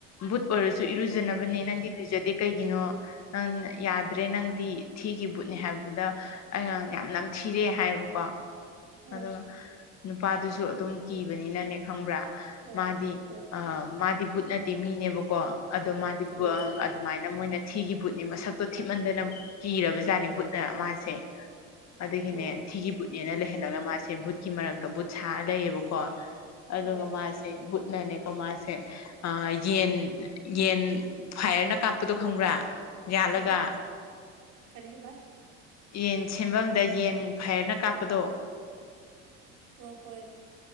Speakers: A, on the left; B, on the right.
A: ꯕꯨꯠ ꯑꯣꯏꯔꯁꯨ ꯏꯔꯨꯖꯅꯕꯅꯤ ꯅꯪꯗꯤ ꯂꯨꯖꯗꯦ ꯀꯩꯒꯤꯅꯣ ꯅꯪ ꯌꯥꯗ꯭ꯔꯦ ꯅꯪꯗꯤ ꯊꯤꯒꯤ ꯕꯨꯠꯅꯤ ꯍꯥꯏꯕꯗ ꯑꯩꯅ ꯌꯥꯝꯅ ꯅꯝ ꯊꯤꯔꯦ ꯍꯥꯏꯌꯦꯕꯀꯣ
B: ꯍꯣꯏ
A: ꯑꯗꯨꯒ ꯅꯨꯄꯥꯗꯨꯁꯨ ꯑꯗꯨꯝ ꯀꯤꯕꯅꯤꯅꯅꯦ ꯈꯪꯕ꯭ꯔꯥ
B: ꯑ
A: ꯃꯥꯗꯤ
B: ꯑ
A: ꯑꯥ ꯃꯥꯗꯤ ꯕꯨꯠ ꯅꯠꯇꯦ ꯃꯤꯅꯦꯕꯀꯣ ꯑꯗꯣ ꯃꯥꯗꯤ ꯚꯣ
B: ꯑ
A: ꯑꯗꯨꯃꯥꯏꯅ ꯃꯣꯏꯅ ꯊꯤꯒꯤ ꯕꯨꯠꯅꯦ ꯃꯁꯛꯇꯣ ꯊꯤꯃꯟꯗꯅ ꯀꯤꯔꯕꯖꯥꯠꯅꯤ ꯕꯨꯠꯅ ꯃꯥꯖꯦ ꯑꯗꯨꯒꯤꯅꯦ
B: ꯑ
A: ꯊꯤꯒꯤ ꯕꯨꯠꯅꯦꯅ ꯂꯩꯍꯜꯂꯒ ꯃꯥꯁꯦ ꯕꯨꯠꯀꯤ ꯃꯔꯛꯇ ꯕꯨꯠ ꯁꯥꯔ ꯂꯩꯌꯦꯕꯀꯣ ꯑꯗꯨꯒ
B: ꯍꯣꯏ
A: ꯃꯥꯁ ꯕꯨꯠꯅꯅꯦꯀꯣ ꯃꯥꯁꯦ ꯑꯥ ꯌꯦꯟ ꯌꯦꯟ ꯐꯥꯏꯔꯅ ꯀꯥꯞ ꯄꯇꯣ ꯈꯪꯕ꯭ꯔꯥ ꯌꯥꯜꯂꯒ
B: ꯍꯥ ꯀꯔꯤ ꯍꯥꯏꯕꯥ
A: ꯌꯦꯟ ꯁꯦꯝꯐꯝꯗ ꯌꯦꯟ ꯐꯩꯌꯥꯔꯅ ꯀꯥꯞꯄꯗꯣ
B: ꯑꯣ ꯍꯣꯏ